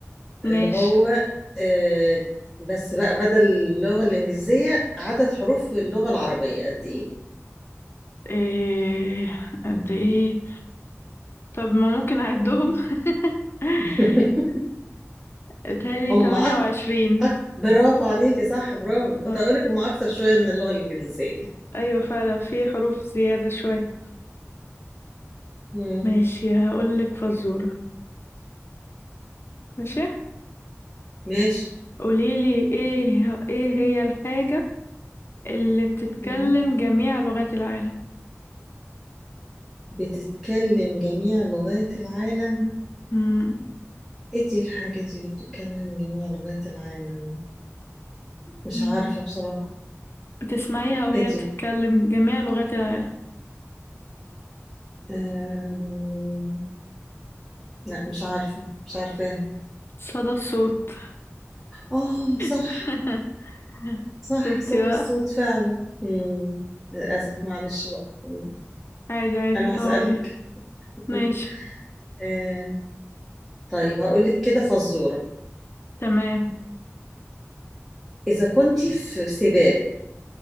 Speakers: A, in the centre; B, on the left.
A: اللي
B: ماشي
A: هو آه بس بقى بدل اللغة الإنجليزية عدد حروف في اللغة العربية قد إيه؟
B: إيه قد ايه طب ما ممكن اعدهم <laughs>
A: <laughs>
B: اتهيألي
A: هم
B: 28
A: أك... أك... برافو عليكي صح برافو كنت
B: آه،
A: هقولك هم أكتر شوية من اللغة الإنجليزية
B: ايوه فعلا في حروف زيادة شوية
A: مم.
B: ماشي هقولك فزورة ماشي
A: ماشي
B: قوليلي ايه ايه هي الحاجة اللي بتتكلم
A: مم.
B: جميع لغات العالم
A: بتتكلم جميع لغات العالم
B: مم.
A: إيه دي الحاجة دي اللي بتتكلم جميع لغات العالم؟ مش
B: مم.
A: عارفة بصراحة
B: بتسمعيها وهي
A: إيه دي؟
B: بتتكلم جميع لغات العالم
A: آم، لا مش عارفة مش عارفاها
B: صدى الصوت
A: اه صح
B: <laughs>
A: صح
B: شفتي
A: صدى
B: بقى
A: الصوت فعلا مم. للأسف معلش بقى مم.
B: عادي عادي
A: أنا
B: هتعوضي
A: هسألك <laughs>
B: ماشي
A: آه. طيب هقولك كده فزورة
B: تمام
A: إذا كنت في سباق